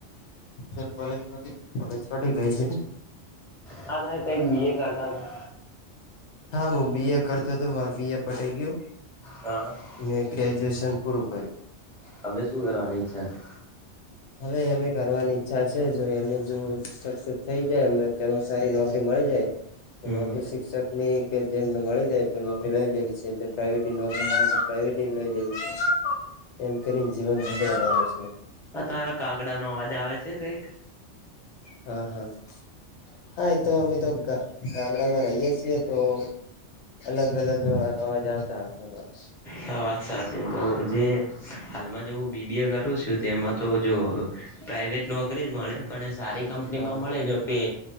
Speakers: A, on the left; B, in the centre.
A: સર કોલેજ કોલેજ છ ગઈ છે.
B: હા તમે કઈ બી એ કરતા હતા.
A: હા હું બી એ કરતો તો. બી એ પટે ગયું
B: હા
A: મેં ગ્રેજ્યુએશન પૂરું કર્યું.
B: હવે શું કરવાની ઈચ્છા છે
A: અે એમ. કરવાની ઈચ્છા છે જો એને જો સક્સેસ થઈ જાય તેમાં સારી નોકરી મળી જાય.
B: હમ
A: નોકરી શિક્ષક નની કે જેમને મળી જાય તો નોકરી લઈ લેવી છે જે પ્રાઇવેટની નોકરી. રે તો પ્રઇવેટ લઈ લેવું છે. એમ કરીને જીવન જીતાઈ રહલ છે. હ.
B: આ તમારા કાગડા નો અવાજ આવે છે કઈક.
A: હા હા. હા એ તો અમે તો ગામડામાં રહીય છીએ તો અલગ અલગ અવાજ આવ ચ છે બાઈ.
B: હા વાત સાચી તો જે હાલમાં જે બી બી આ કરો તેમાં તો જો પ્રાઇવેટ નોકરી જ મળે. પણ સારી કંપનીમાં
A: હા
B: મળે જો પે,